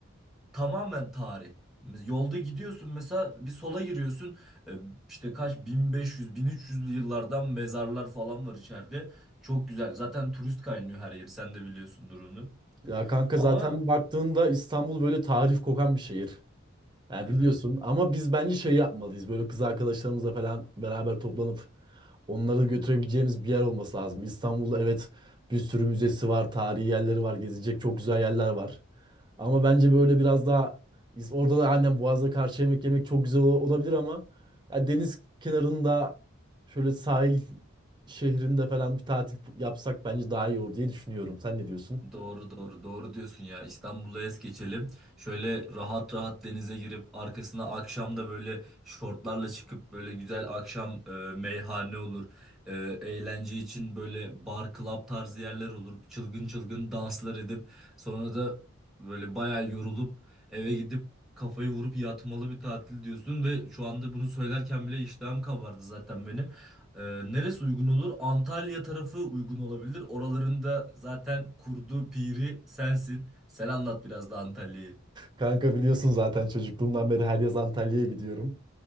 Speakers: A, in the centre; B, on the right.
A: Tamamen tarih. Mes- Yolda gidiyorsun mesela bir sola giriyorsun. Ee, işte kaç 1500-1300'lü yıllardan mezarlar falan var içeride. Çok güzel. Zaten turist kaynıyor her yeri. Sen de biliyorsun durumunu.
B: Ya kanka
A: Ama
B: Vallahi zaten baktığında İstanbul böyle tarih kokan bir şehir. Ya
A: evet.
B: biliyorsun ama biz bence şey yapmalıyız. Böyle kız arkadaşlarımızla falan beraber toplanıp Onları götürebileceğimiz bir yer olması lazım. İstanbul'da evet bir sürü müzesi var, tarihi yerleri var, gezilecek çok güzel yerler var. Ama bence böyle biraz daha biz- orada da annem Boğaz'da karşı yemek yemek çok güzel ola- olabilir ama ya deniz kenarında şöyle sahil şehrinde falan bir tatil yapsak bence daha iyi olur diye düşünüyorum. Sen ne diyorsun?
A: Doğru doğru doğru diyorsun ya İstanbul'a es geçelim. Şöyle rahat rahat denize girip arkasına akşam da böyle şortlarla çıkıp böyle güzel akşam e, meyhane olur. E, eğlence için böyle bar club tarzı yerler olur. Çılgın çılgın danslar edip sonra da böyle bayağı yorulup eve gidip kafayı vurup yatmalı bir tatil diyorsun ve şu anda bunu söylerken bile iştahım kabardı zaten benim. Ee, neresi uygun olur? Antalya tarafı uygun olabilir. Oralarında zaten kurdu piri sensin. Sen anlat biraz da Antalya'yı.
B: Kanka biliyorsun zaten çocukluğumdan beri her yaz Antalya'ya gidiyorum.